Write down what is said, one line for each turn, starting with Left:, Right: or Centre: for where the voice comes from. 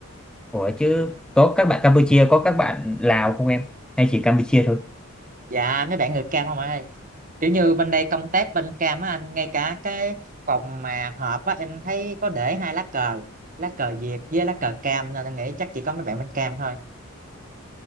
Centre: Ủa chứ có các bạn Campuchia, có các bạn Lào không em? Hay chỉ Campuchia thôi?
Right: dạ mấy bạn người cam không ạ kiểu như bên đây công tác bên cam á anh ngay cả cái phòng mà họp á em thấy có để hai lá cờ lá cờ Việt với lá cờ cam nên em nghĩ chắc chỉ có mấy bạn bên cam thôi